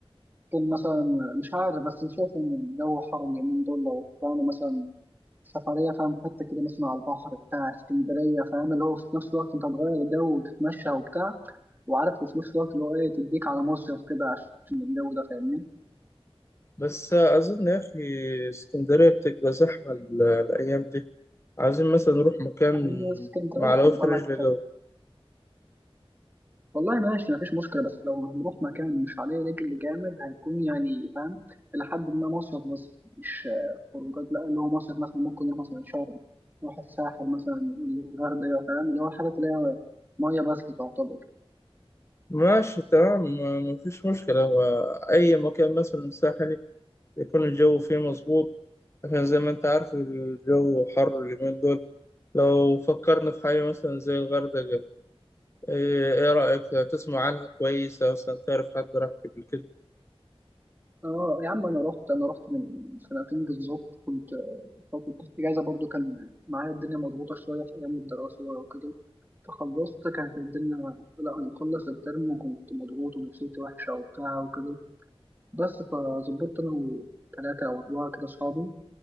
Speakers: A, on the right; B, on the left.
A: مثلا مش عارف بس أنا شايف إن الجو حر اليومين دول لو طلعنا مثلا سفرية فاهم حتة كده مثلا على البحر بتاع اسكندرية فاهم اللي هو في نفس الوقت أنت هتغير الجو وتتمشى وبتاع وعارف وفي نفس الوقت اللي هو إيه تديك على مصيف كده عشان الجو ده فاهمني؟
B: بس آه، أظن يا أخي اسكندرية بتبقى زحمة ال- الأيام دي عاوزين مثلا نروح مكان
A: هي اسكندرية
B: معلوش
A: خد بالك
B: رجل جو
A: والله ماشي مفيش مشكلة بس لو هنروح مكان مش عليه رجل جامد هيكون يعني فاهم إلى حد ما مصيف بس مش آه، خروجات لا اللي هو مصيف مثلا ممكن نروح مثلا شرم نروح الساحل مثلا الغردقة فاهم اللي هو الحاجات اللي هي مية بس تعتبر
B: ماشي تمام ما- مفيش مشكلة هو أي مكان مثلا ساحل يكون الجو فيه مظبوط عشان زي ما انت عارف الجو حر اليومين دول لو فكرنا في حاجة مثلا زي الغردقة ايه ايه رأيك تسمع عنها كويسة مثلا تعرف حد راح قبل كده
A: اه يا عم أنا رحت أنا رحت من سنتين بالظبط كنت آه، فترة الإجازة برضو كان معايا الدنيا مضغوطة شوية في أيام الدراسة بقى وكده فخلصت كانت الدنيا لا أنا مخلص الترم وكنت مضغوط ونفسيتي وحشة وبتاع وكده بس فظبطت انا وثلاثه او اربعه كده اصحابي